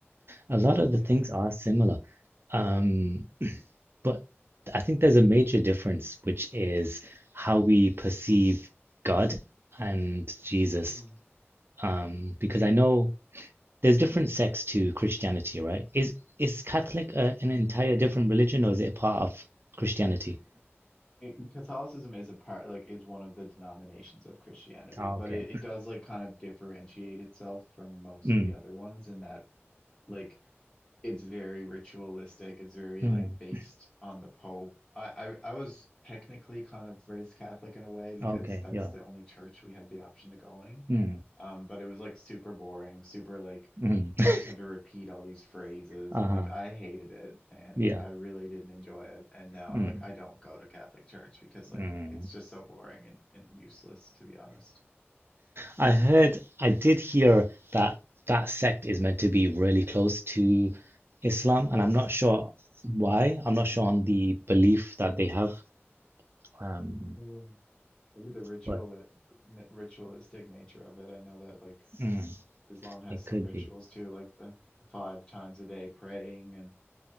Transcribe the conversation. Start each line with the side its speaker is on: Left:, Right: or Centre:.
Right: A lot of
Left: yeah.
Right: the things are similar. Um, But I think there's a major difference, which is how we perceive God and Jesus.
Left: Mm.
Right: Um, because I know there's different sects to Christianity, right? Is is Catholic a, an
Left: Mhm.
Right: entire different religion, or is it a part of Christianity?
Left: It- Catholicism is a part, like, is one of the denominations of Christianity,
Right: Ah,
Left: but
Right: okay.
Left: it, it does like kind of differentiate itself from most
Right: Mm,
Left: of the other ones in that. Like it's very ritualistic. It's very
Right: mm,
Left: like based on the Pope. I, I I was technically kind of raised Catholic in a way because
Right: okay.
Left: that's
Right: Yeah.
Left: the only church we had the option to going.
Right: Mm,
Left: Um, but it was like super boring, super like
Right: mm.
Left: you just have to repeat all these phrases
Right: Uh-huh.
Left: and like I hated it, man.
Right: Yeah.
Left: Like I really didn't enjoy it. And now
Right: Mm,
Left: like I don't go to Catholic church because like
Right: mm.
Left: it's just so boring and, and useless to be honest.
Right: I heard, I did hear that that sect is meant to be really close to Islam, and I'm not sure why. I'm not sure
Left: Mm,
Right: on the belief that they have, um,
Left: mm. Maybe the ritual
Right: but
Left: ritualistic nature of it. I know that like
Right: mm,
Left: Islam has
Right: it
Left: some
Right: could
Left: rituals
Right: be.
Left: too, like the five times a day praying and